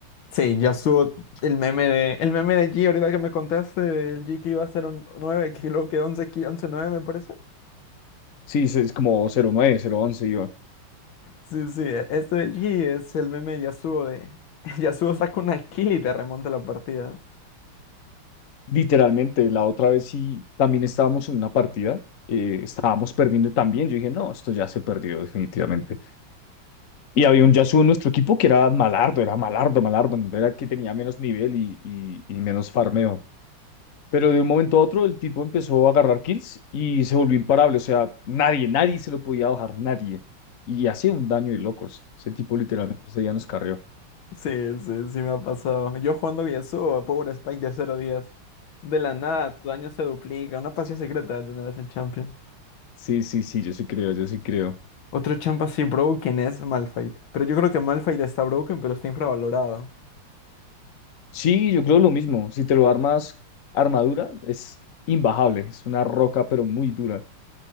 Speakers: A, on the left; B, on the left.
A: Sí, ya subo el meme de, el meme de G ahorita que me contaste, el G que iba a ser un 9 kilo, que 11 kilo, 11 nueve me parece.
B: Sí, es es como 09, 011, yo.
A: Sí, sí, e- este de allí es el meme de Yasuo de <laughs> Yasuo saca una kill y te remonta la partida.
B: Literalmente, la otra vez sí, también estábamos en una partida, eh, estábamos perdiendo también. Yo dije, no, esto ya se perdió definitivamente. Y había un Yasuo en nuestro equipo que era malardo, era malardo, malardo, no era el que tenía menos nivel y, y, y menos farmeo. Pero de un momento a otro el tipo empezó a agarrar kills y se volvió imparable. O sea, nadie, nadie se lo podía bajar, nadie. Y hacía un daño de locos. Ese tipo literalmente ese día nos carrió.
A: Sí, sí, sí me ha pasado. Yo jugando Yasuo a Power Spike de cero días, De la nada, tu daño se duplica. Una pasión secreta de tener ese champion.
B: Sí, sí, sí, yo sí creo, yo sí creo.
A: Otro champ así broken es Malphite. Pero yo creo que Malphite está broken, pero está infravalorado.
B: Sí, yo creo lo mismo. Si te lo armas armadura, es imbajable. Es una roca, pero muy dura.